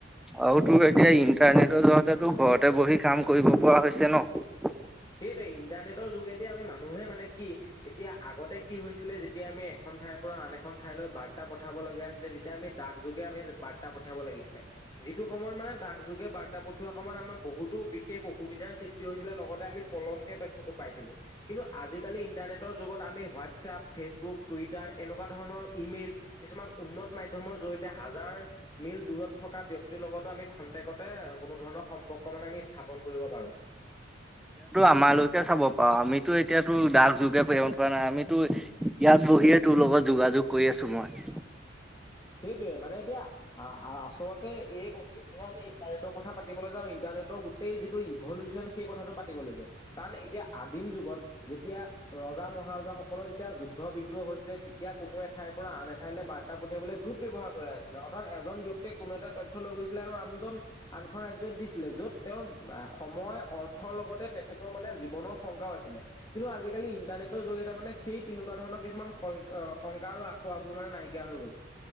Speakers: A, in the centre; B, on the left.
A: আৰু তোৰ এতিয়া ইন্টাৰনেটৰ জয়তে তোৰ ঘৰতে বহি কাম কৰিব পৰা হৈছে ন?
B: সেইটোৱে ইণ্টাৰনেটৰ যোগেদি আমি মানুহে মানে কি এতিয়া আগতে কি হৈছিলে যেতিয়া আমি এখন এখন ঠাইৰ পৰা আন এখন ঠাইলৈ বাৰ্তা পঠাব লগীয়া হৈছিলে তেতিয়া আমি ডাক যোগে আমি বাৰ্তা পঠিয়াব লাগিছিলে। যিটো সময়ত মানে ডাক যোগে বাৰ্তা পঠিওৱা সময়ত আমাৰ বহুতো বিশেষ অসুবিধাৰ সৃষ্টি হৈছিলে লগতে আমি পলমকে তথ্যটো পাইছিলোঁ, কিন্তু আজিকালি ইণ্টাৰনেটৰ যুগত আমি হোৱাটচ্ছাপ ফেচবুক, টুইটাৰ এনেকুৱা ধৰণৰ ইমেইল কিছুমান উন্নত মাধ্যমৰ জৰিয়তে হাজাৰ মিল দূৰত থকা ব্যক্তিৰ লগতো আমি খন্তেকতে কোনো ধৰণৰ সম্পৰ্ক মানে আমি স্থাপন কৰিব পাৰো।
A: আমালোককে চাব পাওঁ আমি তোৰ এতিয়া তোৰ ডাক যুগে প্ৰেৰণ কৰা নাই, আমিতো ইয়াত বহিয়ে তোৰ লগত যোগাযোগ কৰি আছো মই। <inaudible>
B: সেইটোয়ে মানে এতিয়া আ-আ-আচলতে এই কলটেকে আমি ইণ্টাৰনেটৰ কথা পাতিবলৈ যাওঁ ইণ্টাৰ ইণ্টাৰনেটৰ গোটেই যিটো ইভলিউচন সেই কথাটো পাতিব লাগিব, কাৰণ এতিয়া আদিম যুগত যেতিয়া ৰজা মহাৰাজাসকলৰ যেতিয়া যুদ্ধ বিগ্ৰহ হৈছিলে তেতিয়া কোনো এঠাইৰ পৰা আন এঠাইলৈ বাৰ্তা প্ৰতি পঠিয়াবলৈ দুত ব্যৱহাৰ কৰা হৈছিলে অৰ্থাৎ এজন ব্যক্তিয়ে কোনো এটা তথ্য লৈ গৈছিলে আৰু আনজন আনখন ৰাজ্যত দিছিল ছিলে য'ত তেওঁৰ সময় অৰ্থৰ লগতে তেখেতৰ মানে জীৱনৰ শংকাও আছিলে কিন্তু আজি আজিকালি ইন্টাৰনেটৰ জৰিয়তে মানে সেই তেনেকুৱা ধৰণৰ কিছুমান শইং-শংকা আৰু আখুৱাবোৰ মানে নাইকিয়া হৈ গ'ল।